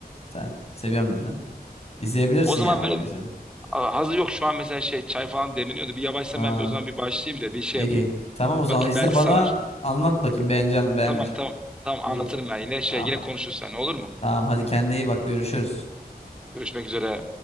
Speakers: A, on the left (about 40°); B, in the centre.
A: Sen seviyorum dedin. İzleyebilirsin
B: O zaman
A: ya
B: böyle
A: 15'i.
B: a- hazır yok şu an mesela şey çay falan demleniyordu. Bir yavaşsam
A: Ha,
B: ben bir o zaman bir başlayayım da bir şey
A: iyi.
B: yapayım.
A: Tamam o zaman
B: Bakayım
A: izle
B: belki
A: bana
B: sarar.
A: anlat bakayım beğeneceğim beğenmeyeceğim.
B: Tamam tamam. Tamam
A: İyi.
B: anlatırım ben yine şey
A: Tamam.
B: yine konuşuruz seninle olur mu?
A: Tamam hadi kendine iyi bak görüşürüz.
B: Görüşmek üzere.